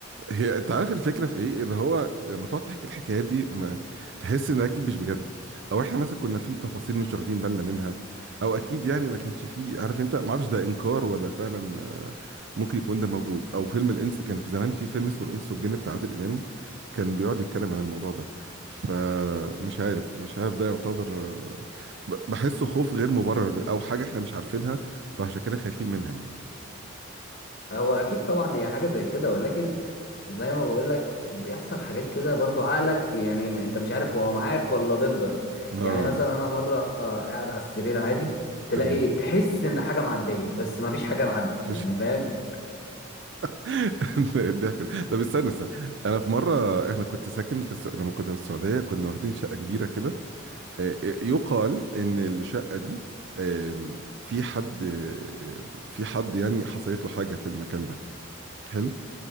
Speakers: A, on the right; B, on the left.
A: هي انت عارف الفكره في ايه اللي هو لما تقعد تحكي الحكايات دي ما تحس ان اكيد مش بجد او احنا مثلا كنا في تفاصيل مش واخدين بالنا منها او اكيد يعني ما كانش فيه عارف انت ما اعرفش ده انكار ولا فعلا آه، ممكن يكون ده موجود او فيلم الانس كان في زمان في فيلم اسمه الانس والجن بتاع عادل امام كان بيقعد يتكلم عن الموضوع ده فمش عارف مش عارف ده يعتبر آه، ب- بحسه خوف غير مبرر او حاجه احنا مش عارفينها فعشان كده خايفين منها يعني
B: هو اكيد طبعا هي حاجه زي كده ولكن زي ما بقول لك بيحصل حاجات كده برضو عقلك يعني ما- انت مش عارف هو معاك ولا ضدك
A: اه
B: يعني مثلا انا مره قاعد على السرير عادي تلاقي
A: تمام
B: تحس ان حاجه معديه بس ما فيش حاجه معدت
A: <laughs>
B: يعني فاهم
A: <laughs> الضحك ده. طب استنى استنى انا في مره احنا كنت ساكن في الس... لما كنا في السعوديه كنا واخدين شقه كبيره كده آه، آه، يقال ان الشقه دي آم، في حد آه، في حد يعني حصلت له حاجه في المكان ده حلو